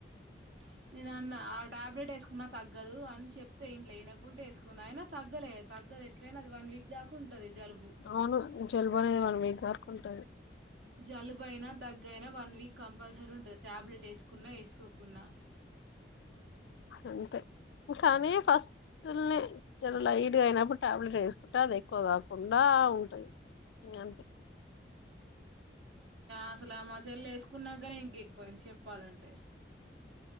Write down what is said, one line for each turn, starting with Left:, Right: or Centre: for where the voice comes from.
Right: <unintelligible> నేను అన్న ఆ ట్యాబ్లెట్ వేసుకున్నా తగ్గదు అని చెప్తే ఏయన వినకుంటే వేసుకుంద అయినా తగ్గలే తగ్ గాది ఎట్లయినా అది వన్ వీక్ దాకా ఉంటది. జలుబు
Left: అవును జల్లుబు అనేది వన్ వీక్ దాకా ఉంటది.
Right: జలుబయినా దగ్గయినా వన్ వీక్ కంపల్సరీ ఉంటది టాబ్లెట్ వేసుకున్నా వేసుకోకున్నా
Left: అంతే కానీ ఫస్ <unintelligible> చాలా లైట్గా అయినప్పుడు టాబ్లెట్ వేసుకుంటే అది ఎక్కువ కాకుండా ఉంటది అంతే
Right: అసలు మా చెల్ వేసుకున్నాకనీ ఇంకెక్కువైనా చెప్పాలంటే